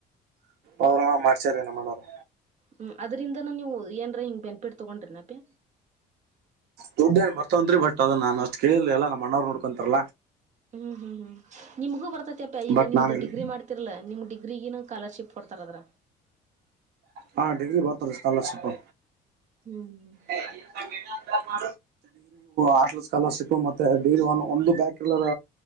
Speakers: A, on the right; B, on the right.
A: ಅವರು ಮಾಡ್ಸಾರ ನಮ್ಮನೋರು
B: ಹ್ಞೂ ಅದರಿಂದಾನ ನೀವು ಏನರೇ ಹಿಂಗೆ ಬೆೆನ್ಪಿಟ್ ತೊಗೊಂಡ್ರಿ ನಪೆ
A: ದುಡ್ಡ ಬರ್ತವಂತ್ರಿ ಬಟ್ ಅದು ನಾ ಅಷ್ಟ ಕೇಳಿಲ್ಲಿಲ್ಲ ನಮ್ಮ ಅಣ್ಣಾವ್ರು ನೋಡ್ಕೊಂತಾರಲ್ಲ
B: ಹ್ಮ್ ಹ್ಮ್ ಹ್ಮ್ ನಿಮಗೂ ಬರ್ತೈತಿ ಅಪ್ಪಾ ಈಗ
A: ಬಟ್
B: ನಿಮ್ದು
A: ನಾನ ಇಲ್ಲಿ
B: ಡಿಗ್ರಿ ಮಾಡ್ ಇಲ್ಲಾ ನಿಮ್ ಡಿಗ್ರಿಗೆ ಸ್ಕಾಲರ್ಶಿಪ್ ಕೊಡ್ತಾರ ಅದ
A: ಹಾ ಡಿಗ್ರಿ ಬರ್ತ ರೀ ಸ್ಕಾಲರ್ಶಿಪ್ಪು
B: ಹ್ಮ್್ಮ
A: ಹ ಆ ಸ್ಕಾಲರ್ಶಿಪ್ ಮತ್ತೆ ಒಂದು ಒಂದು ಬ್ಯಾಕ್ ಇರಲ್ಲರ